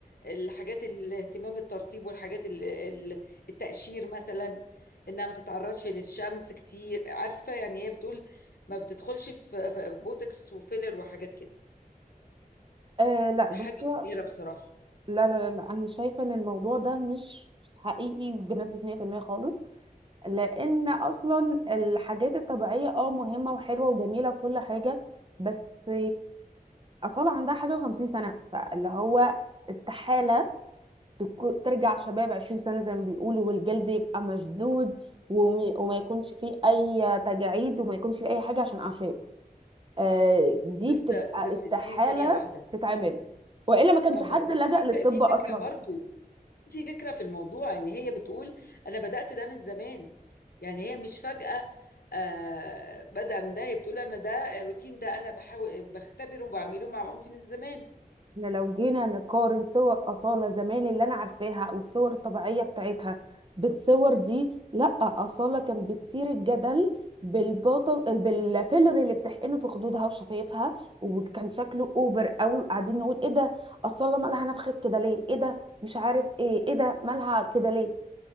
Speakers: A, on the left; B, on the right.
A: الحاجات الاهتمام الترطيب والحاجات ال- ال- التقشير مثلا انها ما تتعرضش للشمس كتير عارفه يعني هي بتقول ما بتدخلش في في بوتوكس وفيلر وحاجات كده
B: آه لا بصي
A: حاجه مبهره بصراحه
B: لا لا لا لا انا شايفة ان الموضوع ده مش حقيقي بنسبة 100% خالص لان اصلا الحاجات الطبيعية اه مهمة وحلوة وجميلة وكل حاجة بس أصالة عندها حاجة وخمسين سنة فاللي هو استحالة تكو- ترجع شباب عشرين سنة زي ما بيقولوا والجلد يبقى مشدود وم- وما يكونش فيه أي تجاعيد وما يكونش فيه أي حاجة عشان أعشاب آه، دي
A: بس
B: بتبقى
A: بس
B: استحالة
A: استني ثانية واحدة
B: تتعمل وإلا ما كانش
A: طب
B: حد
A: بس
B: لجأ
A: في
B: للطب
A: ف- في
B: أصلا
A: فكرة برضو في فكرة في الموضوع ان هي بتقول انا بدأت ده من زمان يعني هي مش فجأة آه بدأ من ده هي بتقول انا ده الروتين ده انا بحاول بختبره وبعمله مع مامتي من زمان
B: احنا لو جينا نقارن صور أصالة زمان اللي أنا عارفاها أو الصور الطبيعية بتاعتها بالصور دي لأ أصالة كان بتثير الجدل بالبطل بالفيلر اللي بتحقنه في خدودها وشفايفها وكان شكله اوفر قوي وقاعدين نقول ايه ده أصالة مالها نفخت كده ليه ايه ده مش عارف ايه ايه ده مالها كده ليه